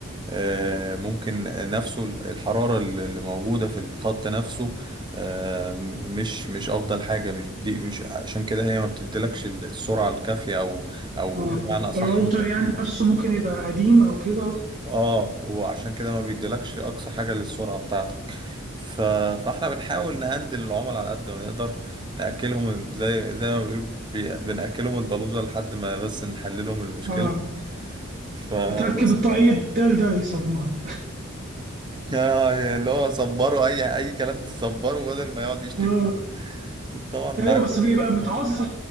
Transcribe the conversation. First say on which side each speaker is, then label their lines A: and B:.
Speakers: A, on the right; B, on the right.
A: آه، ممكن نفسه ال- الحرارة الل- اللي موجودة في الخط نفسه آه، م- مش مش أفضل حاجة مش دي مش عشان كده هي ما بتديلكش ال- السرعة الكافية أو أو
B: آه،
A: بمعنى أصح
B: الراوتر
A: أنت
B: يعني نفسه ممكن يبقى قديم او كده
A: آه وعشان كده ما بيديلكش أقصى حاجة للسرعة بتاعتك ف... فاحنا بنحاول نهندل العملاء على قد ما نقدر نأكلهم ال- زي زي ما بيقول بي... بنأكلهم البلوزة لحد ما بس نحللهم المشكلة
B: اه
A: فبس
B: تركب التقييد ده ده بيسموها
A: آه، اللي هو صبره اي اي كلام تصبره بدل ما يقعد يشتم
B: <laughs>
A: فيه طبعا
B: أيوه،
A: عادي
B: بس بيبقى متعصب